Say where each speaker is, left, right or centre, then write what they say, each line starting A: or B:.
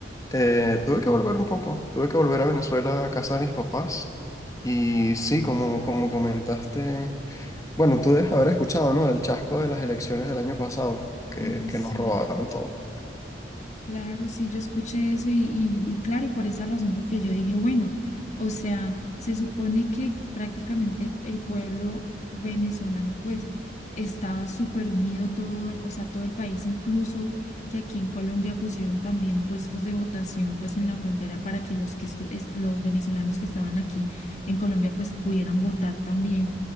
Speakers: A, on the left; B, on the left.
A: eh, tuve que volver un poco. Tuve que volver a Venezuela, a casa de mis papás. Y sí, como, como comentaste, bueno, tú debes haber escuchado, ¿no? Del chasco de las elecciones del año pasado, que,
B: Ay,
A: que
B: sí.
A: nos robaron todo.
B: Claro, sí, yo escuché eso y, y, y claro, y por esa razón, porque yo dije, bueno, o sea, se supone que prácticamente el pueblo venezolano pues estaba súper unido todo, o sea, todo el país, incluso que aquí en Colombia pusieron también puestos de votación pues en la frontera para que los que estu- es- los venezolanos que estaban aquí en Colombia pues pudieran votar también.